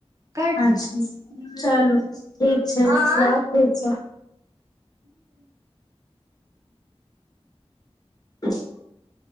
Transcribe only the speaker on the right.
काटि
दियौ
आँय